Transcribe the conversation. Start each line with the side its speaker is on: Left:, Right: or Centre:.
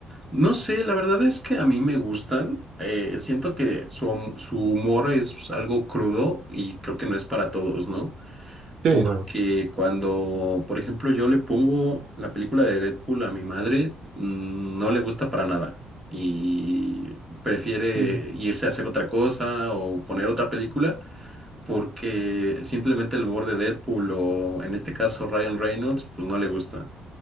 Centre: no sé, la verdad es que a mí me gustan. eh, siento que su, hum- su humor es algo crudo y creo que no es para todos, ¿no?
Right: Sí,
Centre: Porque
Right: no.
Centre: cuando, por ejemplo, yo le pongo la película de Deadpool a mi madre, mm, no le gusta para nada y prefiere
Right: Sí,
Centre: irse a hacer otra cosa o poner otra película porque simplemente el humor de Deadpool o en este caso Ryan Reynolds, pues no le gusta.